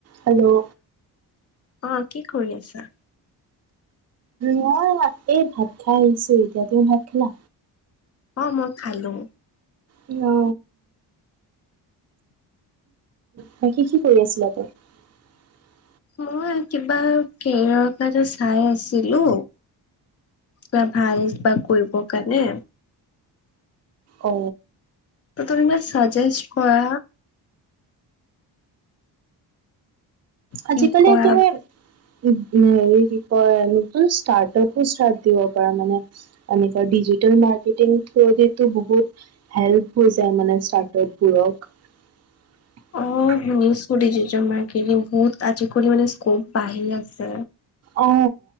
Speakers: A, on the right; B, on the left.
A: Hello
B: অ কি কৰি আছা?
A: মই এই ভাত খাই আহিছো এতিয়া ত ভাত খালা
B: অ মই খালো।
A: অ বাকী কি <unintelligible>
B: মই কিবা কেৰিয়াৰৰ কাৰণে চাই আছিলো। ক ভাল বা কৰিব কাৰণে
A: অ
B: ত তুমি ম চাজেষ্ট কৰা
A: আজিকালি
B: কি কৰা
A: তুমি উ হেৰি কি কয় এনে ষ্টাৰ্টআপো <unintelligible> এনেকুৱা <unintelligible> <unintelligible> থিওৰিটো বহুত হেল্প হৈ যাই মানে <unintelligible> <unintelligible>
B: <unintelligible> বহুত আজিকালি মানে স্কোপ বাঢ়ি আছে।
A: অ